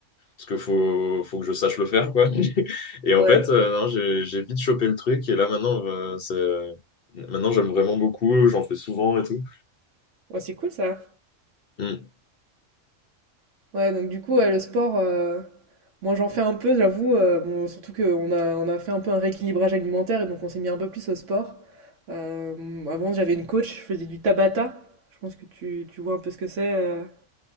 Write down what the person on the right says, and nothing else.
Ouais.
ouais, c'est cool ça.
Ouais, donc du coup, ouais, le sport, heu, moi, j'en fais un peu, j'avoue, heu, bon, surtout qu'on a on a fait un peu un rééquilibrage alimentaire et donc on s'est mis un peu plus au sport. Hem, avant, j'avais une coach, je faisais du Tabata. Je pense que tu tu vois un peu ce que c'est, heu,